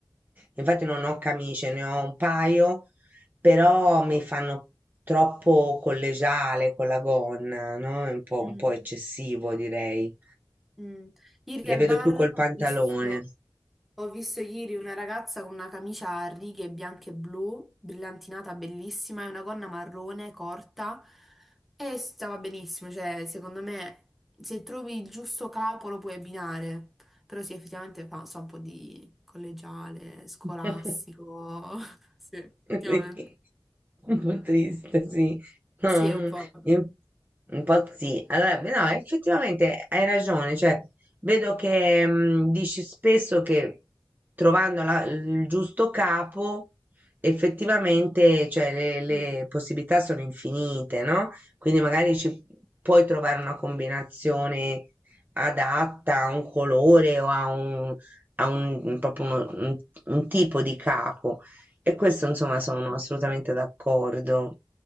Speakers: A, on the right; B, in the centre.
A: Infatti non ho camicie, ne ho un paio però mi fanno troppo collegiale con la gonna, no? È un po',
B: mm,
A: un po' eccessivo, direi.
B: mm. Ieri
A: Le
B: al
A: vedo
B: bar
A: più col pantalone.
B: ho visto, ho visto ieri una ragazza con una camicia a righe bianche e blu, brillantinata, bellissima, e una gonna marrone corta e stava benissimo. Cioè, secondo me, se trovi il giusto capo lo puoi abbinare. Però sì, effettivamente fa so, un po' di collegiale, scolastico.
A: <laughs>
B: <laughs> Sì, effettivamente.
A: Sì, un po' triste, sì. No,
B: Sì, è
A: mm,
B: un po'.
A: in- un po' sì. Allora, beh, no, effettivamente hai ragione, cioè, vedo che mm, dici spesso che trovando la- il giusto capo, effettivamente, cioè, le, le
B: Mm,
A: possibilità sono infinite, no? Quindi magari ci puoi trovare una combinazione adatta a un colore o a un ha un proprio uno un un tipo di capo e questo insomma sono
B: mm.
A: assolutamente d'accordo.